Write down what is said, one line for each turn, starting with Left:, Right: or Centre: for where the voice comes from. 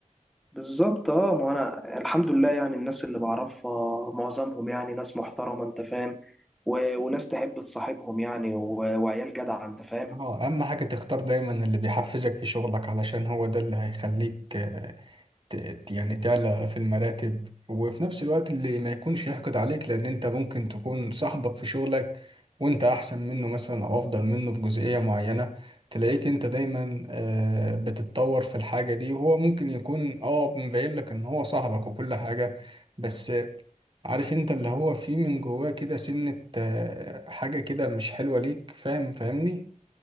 Centre: بالظبط اه ما انا الحمد لله يعني الناس اللي بعرفها معظمهم يعني ناس محترمه انت فاهم و... وناس تحب تصاحبهم يعني و... وعيال جدعه انت فاهم
Right: اه اهم حاجة تختار دايما اللي بيحفزك في شغلك علشان هو ده اللي هيخليك ت- يعني تعلى في المراتب وفي نفس الوقت اللي ما يكونش يحقد عليك لان انت ممكن تكون صاحبك في شغلك وانت احسن منه مثلا او افضل منه في جزئية معينة تلاقيك انت دايما آه، بتتطور في الحاجة دي وهو ممكن يكون اه مبين لك ان هو صاحبك وكل حاجة بس آه، عارف انت اللي هو فيه من جواه كده سنة آه، حاجة كده مش حلوة ليك فاهم فاهمني